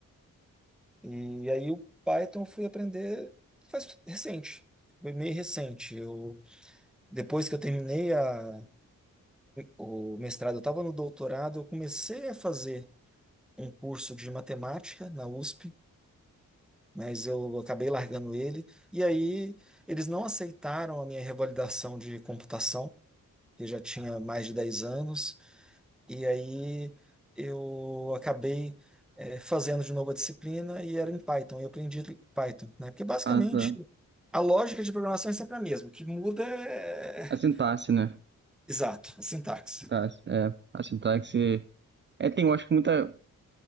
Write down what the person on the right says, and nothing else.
Ah, tá.
A sintaxe, né?
Tá, é, a sintaxe. É, tem, eu acho que muita.